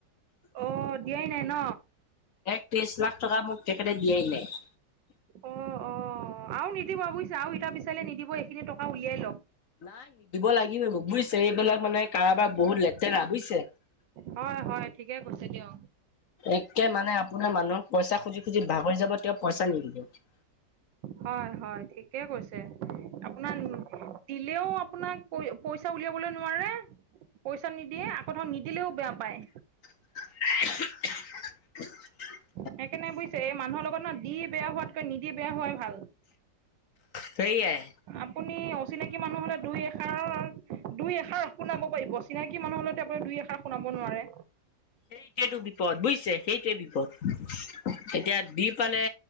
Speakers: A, on the right; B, on the left.
A: অঁ দিয়াই নাই ন?
B: এক ত্ৰিশ লাখ টকা মোক তেখেতে দিয়াই নাই।
A: অঁ অঁ আৰু নিদিব বুজিছা আৰু ইটা বিচাৰিলে নিদিব এইখিনি টকা উলিয়াই লৱক।
B: নাই দিব লাগিও মোক বুয়িছে এইবিলাক মানে কাৰোবাৰ বহুত লেতেৰা বুয়িছে।
A: হয় হয় ঠিকে কৈছে দিয়ক
B: এককে মানে আপোনাৰ মানুহ পইচা খুজি- খুজি ভাগৰি যাব তেওঁ পইচা নিদিব।
A: হয়- হয় ঠিকে কৈছে আপোনাৰ দিলেও আপোনাক পই - পইচা উলিয়াবলৈ নোৱাৰে পইচা নিদিয়ে আকৌ ধৰ নিদিলেও বেয়া পায়।
B: উমহ উমহ।
A: সেইকাৰণে বুজিছে এই মানুহৰ লগত ন দি বেয়া হোৱাতকৈ নিদি বেয়া হোৱাই ভাল।
B: সেইয়াই।
A: আপুনি অচিনাকি মানুহ হ'লে দুই এষাৰৰ দুই এষাৰ শুনাব পাৰিব চিনাকি মানুহ হ'লে টো আপুনি দুই এষাৰ শুনাব নোৱাৰে।
B: সেইটোৱেতো বিপদ বুইছে সেইটোৱে বিপদ এতিয়া দি পালে